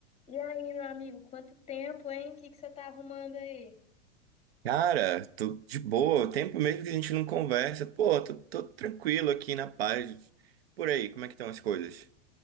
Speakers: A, on the left (about 20°); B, on the right (about 80°).
A: E aí, meu amigo, quanto tempo, hein? O que que você tá arrumando aí?
B: Cara, tô de boa. Tempo mesmo que a gente não conversa. Pô, tô, tô tranquilo aqui na paz. Por aí, como é que estão as coisas?